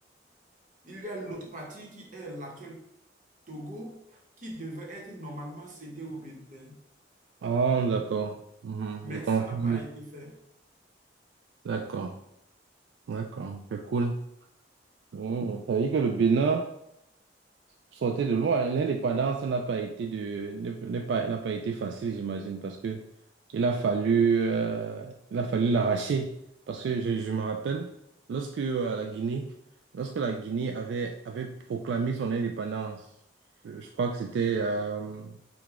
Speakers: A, on the right (about 45°); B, on the right (about 75°).
A: Il y a l'autre partie qui est l'actuel Togo, qui devait être normalement cédée au Bénin,
B: Ah, d'accord. Mhm.
A: mais
B: J'ai compris.
A: ça n'a pas été fait.
B: D'accord. D'accord. C'est cool. Hmm. Ça veut dire que le Bénin. Sortez de loin. hein. L'indépendance n'a pas été de, n'est n'est pas, n'a pas été facile, j'imagine, parce que il a fallu, euh, il a fallu l'arracher. Parce que je, je me rappelle, lorsque euh, la Guinée, lorsque la Guinée avait, avait proclamé son indépendance, je, je crois que c'était, euh,